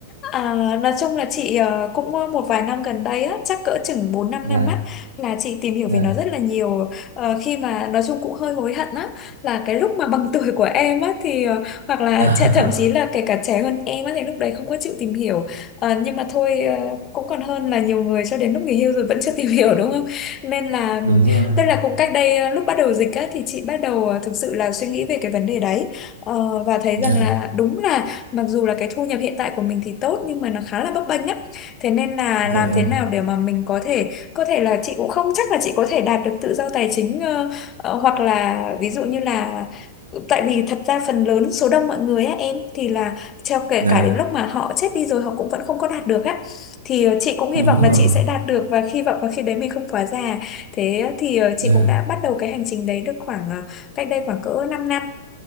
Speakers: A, on the left (about 35°); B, on the right (about 80°).
A: À, nói chung là chị ờ, cũng ờ, một vài năm gần đây á, chắc cỡ chừng bốn 5
B: Dạ,
A: năm á là chị tìm hiểu
B: dạ.
A: về nó rất là nhiều Ờ, khi mà nói chung cũng hơi hối hận á là cái lúc mà bằng <laughs> tuổi của em á thì ờ, hoặc là
B: <laughs>
A: trẻ- thậm chí là kể cả trẻ hơn em á thì lúc đấy không có chịu tìm hiểu Ờ, nhưng mà thôi ờ, cũng còn hơn là nhiều người cho đến lúc nghỉ hưu rồi vẫn chưa <laughs> tìm hiểu đúng không nên là
B: Đúng rồi.
A: tức là cũng cách đây ờ, lúc bắt đầu dịch á thì chị bắt đầu ờ, thực sự là suy nghĩ về cái vấn đề đấy Ờ, và thấy
B: Dạ.
A: rằng là đúng là mặc dù là cái thu nhập hiện tại của mình thì tốt nhưng mà nó khá là bấp bênh á thế nên là
B: Dạ
A: làm
B: vâng,
A: thế nào để mà mình có thể có thể là chị cũng không chắc là chị có thể đạt được tự do tài chính ờ, ờ, hoặc là ví dụ như là tại vì thật ra phần lớn số đông mọi người á em thì là theo kể
B: dạ,
A: cả đến lúc mà họ chết đi rồi họ cũng vẫn không có đạt được á thì ờ, chị cũng hy
B: đúng
A: vọng
B: rồi,
A: là chị sẽ đạt được và hy vọng là khi đấy mình không quá già thế thì ờ, chị
B: dạ,
A: cũng đã bắt đầu cái hành trình đấy được khoảng ờ, cách đây khoảng cỡ 5 năm